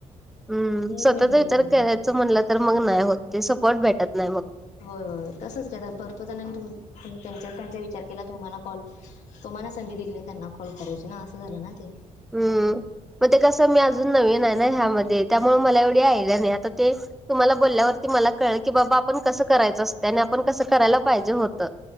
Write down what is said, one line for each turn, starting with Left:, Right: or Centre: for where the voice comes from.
Centre: हम्म
Left: तेच
Centre: स्वतःचा
Left: मी म्हटले
Centre: विचार
Left: तुम्हाला.
Centre: करायच म्हणलं तर. मग नाही होत. ते सपोर्ट भेटत नाही मग.
Left: होय होय तसंच जगात भरपूर जणांनी त्यांच्या त्यांचा विचार केला. तुम्हाला कॉल. तुम्हाला संधी दिली नाही त्यांना कॉल करायची ना. असं झालं ना ते.
Centre: हम्म! मग ते कसं मी अजून नवीन आहे ना, ह्यामध्ये, त्यामुळे मला एवढी आयडिया नाही, आता ते तुम्हाला बोलल्यावरती मला कळलं, की बाबा आपण कसं करायचं असतय, आणि आपण कसं करायला पाहिजे होतं.